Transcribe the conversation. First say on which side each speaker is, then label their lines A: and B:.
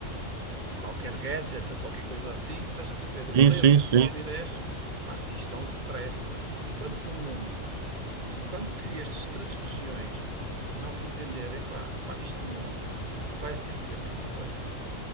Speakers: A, on the right; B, on the right.
A: qualquer gadget ou qualquer coisa assim. Estás a perceber? O preço
B: Sim, sim, sim.
A: sobe e desce. Pá, isto é um stress. Enquanto que o mundo Enquanto que estas três regiões não se entenderem, pá, pá, isto não vai ser sempre um stress.